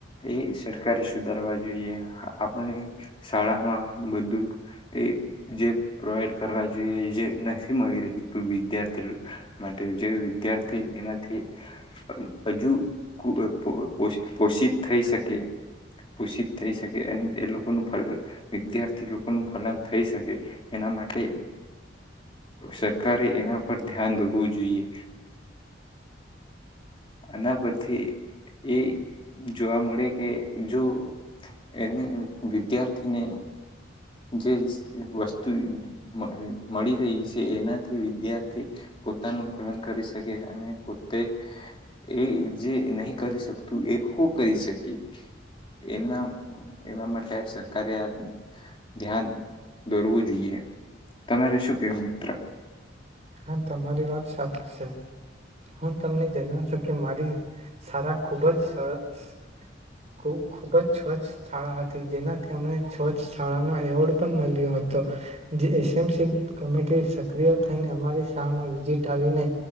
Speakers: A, on the left (about 30°); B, on the right (about 35°).
A: એ સરકારે સુધારવા જોઈએ. હા, આપણને શાળામાં બધું એ જે પ્રોવાઈડ કરવા જે જે નથી મળી રહી તું વિદ્યાર્થી લ માટે જે વિદ્યાર્થી એનાથી અ હજુ કુ અ પો પોષિ પોષિત થઈ શકે. પોષિત થઈ શકે અન એ લોકોનું ફલ વિદ્યાર્થી લોકોનું ફલન થઈ શ કે એના માટે સરકારે એના પર ધ્યાન દોહવું જોઈએ, આના પરથી એ જોવા મળે કે જો એને વિદ્યાર્થીને જે સ વસ્તુ મ મળી રહી છે, એનાથી વિદ્યાર્થી પોતાનું ફલન કરી શકે અને પો તે એ જે નહી કરી શકતું એ ખુ કરી શકે એના એના માટે સરકારે આ ધ્યાન દોરવું જોઈએ. તમારે શું કેહવુ મિત્ર?
B: હા તમારી વાત સાચી સે. હું તમને જણાવ છુ કે મારી સારા ખૂબ જ સરસ ખૂબ-ખુબ જ છ્વચ્છ છાળા હતી. જેનાથી અમને છ્વચ્છ છાળાનો એવોર્ડ પણ મલ્યો હતો જે એસ એમ સી કમિટી સક્રિય થઈને અમારી શાળમાં વિઝિટ આવીને